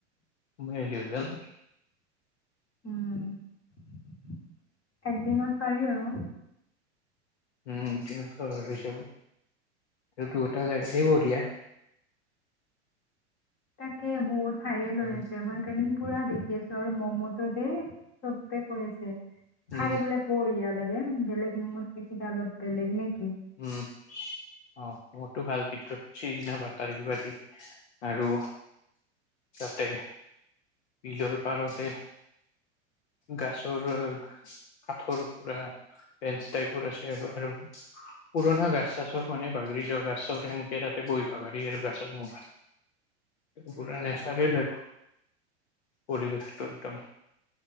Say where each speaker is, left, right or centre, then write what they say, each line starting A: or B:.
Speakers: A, on the left; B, on the left.
A: মই লি গল
B: উম একদিনত পাৰি আৰু
A: উম তিনিশ যাব দুয়টা জেগাতে বঢ়িয়া।
B: তাকে বহুত- ভাইৰেল হৈ
A: উম
B: আছে মই সেইকাৰণে- পুৰা দেখি আছো আৰু মম'তো যে চবে কৈ আছে। খাই
A: উম
B: বোলে বঢ়িয়া লাগে বেলেগ ম মতিব কিবা অলপ বেলেগ নেকি
A: উম অহ মোটো ভাল ভিতৰত সিদিনা বাটাৰ কিবা দি আৰু তাতে বিলৰ পাৰতে গাছৰ কাঠৰ পুৰা বেঞ্চ টাইপৰ আছে আৰু পুৰণা গাছ চাছৰ মানে বাগৰি যোৱা গাছৰ সেনেকে তাতে বহিবা পাৰি আৰু গাছৰ মুঠাত পুৰা নেচাৰেল আৰু পৰিৱেশটো একদম